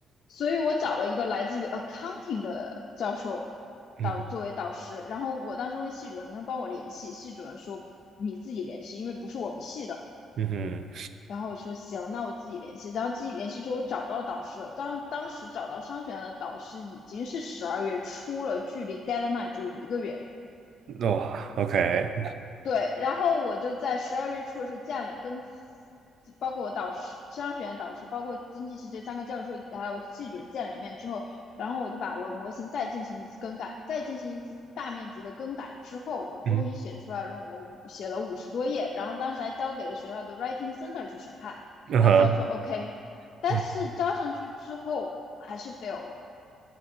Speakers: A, on the left; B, on the right.
A: 所以我找了一个来自于 accounting 的教授
B: 嗯
A: 导作为导师。然后我当时问系主任能不能帮我联系，系主任说你自己联系，因为不是我们系的。
B: 嗯
A: 然后我说行，那我自己联系。然后自己联系之后，我找到导师了。当当时找到商学院的导师已经是十二月初了，距离 deadline 只有一个月。
B: 哼，哇，OK，
A: 对，然后我就在十二月初的时候见了跟，包括我导师、商学院导师，包括经济系这三个教授，还有系准任见了一面之后，然后我就把我的模型再进行一次更改，再进行一次大面积的更改之后，我终于写出来论文，
B: 嗯
A: 五写了五十多页，然后当时还交给了学校的 Writing Center 去审判，
B: 嗯哼，
A: 然后学校说 OK，但是交上去之后还是
B: 嗯
A: fail 了。